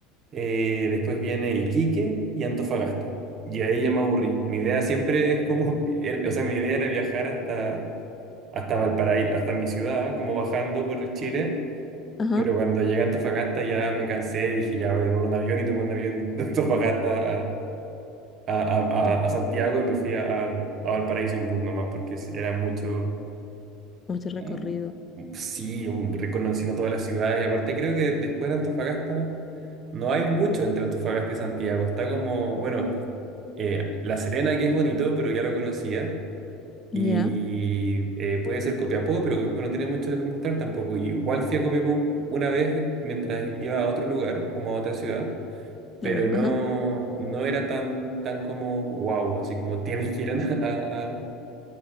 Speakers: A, on the right; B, on the left.
A: eh, después viene Iquique y Antofagasta. Y ahí ya me aburrí. Mi idea siempre es como, <laughs> era- o sea, mi idea era viajar hasta, hasta Valparaíso, hasta mi ciudad, como bajando por Chile.
B: Ajá.
A: Pero cuando llegué a Antofagasta ya me cansé, dije, ya voy a tomar un avión y tomé un avión de Antofagasta a, a-
B: Claro.
A: a- a Santiago y me fui a, a Valparaíso en bus nomás, porque sí, era mucho,
B: Mucho recorrido.
A: mm, sí, un- reconociendo todas las ciudades. Y aparte creo que después de Antofagasta no hay mucho entre Antofagasta y Santiago. Está como, bueno, eh, La Serena que es bonito, pero ya lo conocía.
B: Ya,
A: Y eh, puede ser Copiapó, pero Copiapó no tiene mucho que mostrar tampoco. Y igual fui a Copiapó un- una vez mientras iba a otro lugar, como a otra ciudad
B: claro.
A: pero no,
B: Ajá.
A: no era tan, tan como wow, así como tienes que ir a, a,